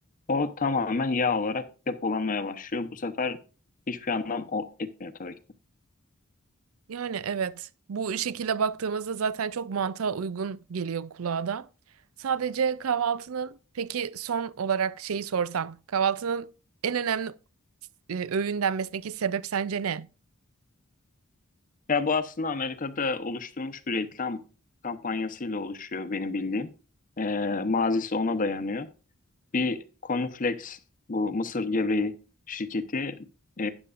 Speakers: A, on the left; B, on the right.
A: o tamamen yağ olarak depolanmaya başlıyor. Bu sefer hiçbir anlam o- etmiyor tabii ki.
B: Yani evet bu şekilde baktığımızda zaten çok mantığa uygun geliyor kulağa da. Sadece kahvaltının peki son olarak şeyi sorsam. Kahvaltının en önemli e, öğün denmesindeki sebep sence ne?
A: Ya bu aslında Amerika'da oluşturulmuş bir reklam kampanyasıyla oluşuyor benim bildiğim. Ee, mazisi ona dayanıyor. Bir Cornflakes bu mısır gevreği şirketi e,